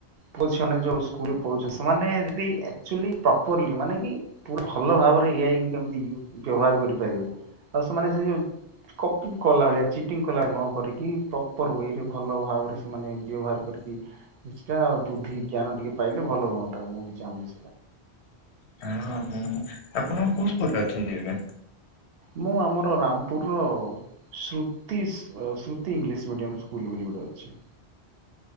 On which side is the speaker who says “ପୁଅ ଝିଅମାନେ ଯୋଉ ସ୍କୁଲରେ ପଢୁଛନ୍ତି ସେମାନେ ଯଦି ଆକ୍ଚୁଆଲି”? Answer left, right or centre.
Right